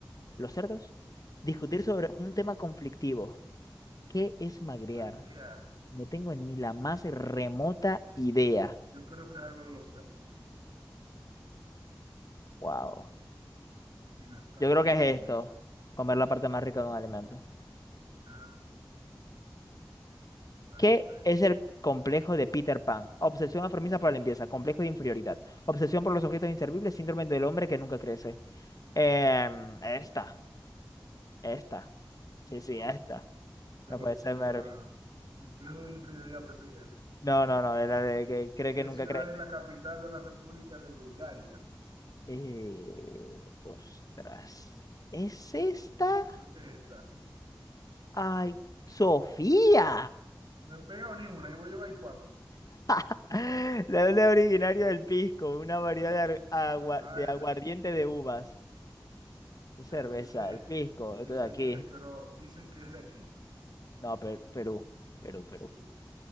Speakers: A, on the left; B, on the right.
A: los cerdos, discutir sobre un tema conflictivo. ¿Qué es magrear?
B: Magriar.
A: No tengo ni la más remota idea.
B: Yo creo que es algo de los cerdos.
A: Wow.
B: Sí, me suena
A: Yo creo
B: así
A: que es
B: como
A: esto,
B: eso.
A: comer la parte más rica de un alimento.
B: Ah, está
A: ¿Qué
B: bien, está bien.
A: es el complejo de Peter Pan? Obsesión enfermiza por la limpieza, complejo de inferioridad, obsesión por los objetos inservibles, síndrome del hombre que nunca crece. Em, esta, esta, sí, sí, esta.
B: Yo
A: No
B: la,
A: puede ser
B: yo
A: Mervin.
B: la, complejo de inferioridad pensé que era.
A: No, no, no, es la de que cree
B: ¿Qué
A: que nunca
B: ciudad
A: crece.
B: es la capital de la República de Bulgaria?
A: Eh, ostras, ¿es esta?
B: Creo que es esta.
A: ¡Ay, Sofía!
B: No he pegado ni una, ahí voy a llevar cuatro.
A: <laughs> La Leble originario del pisco, una variedad de, ar- agua-
B: Ah,
A: de
B: ya
A: aguardiente
B: yo, sé-
A: de uvas. Cerveza,
B: ya yo sé qué
A: el
B: es,
A: pisco,
B: yo
A: esto de
B: sé
A: aquí.
B: qué es, pero dicen que es de aquí.
A: No, Per- Perú, Perú, Perú.
B: Sí.